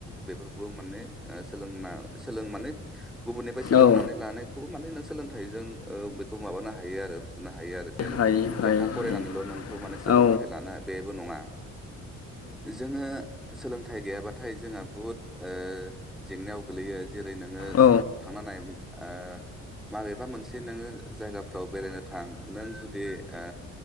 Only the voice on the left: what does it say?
औ
हायो हायो
हायो
औ
औ